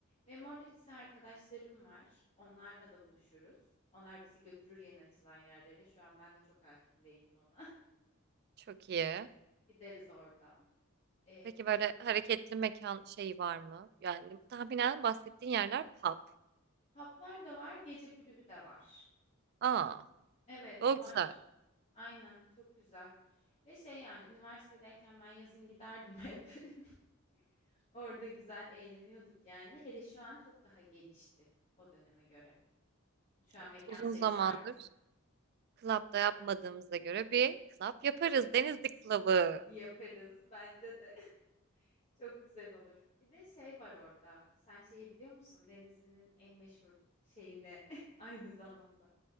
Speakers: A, on the left; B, on the right.
A: Benim orada lise arkadaşlarım var. Onlarla da buluşuruz. Onlar bizi götürür yeni açılan yerlere. Şu an ben de çok hakim değilim ona.
B: Çok iyi.
A: <laughs> Gideriz orada. Ee,
B: Peki böyle hareketli mekan şeyi var mı? Yani tahminen bahsettiğin yerler pub.
A: paplar da var, gece kulübü de var.
B: Aa,
A: Evet,
B: o
A: var.
B: güzel.
A: Aynen çok güzel. Ve şey yani üniversitedeyken ben yazın giderdim hep. <laughs> Orada güzel eğleniyorduk yani. Hele şu an çok daha gelişti o döneme göre. Şu an
B: Evet,
A: mekan
B: uzun
A: sayısı
B: zamandır.
A: arttı.
B: Club'da yapmadığımıza göre bir club yaparız. Denizli Club'ı.
A: Yaparız bence de. <laughs> Çok güzel olur. Bir de şey var orada. Sen şeyi biliyor musun? Denizli'nin en meşhur şeyine <laughs> aynı zamanda.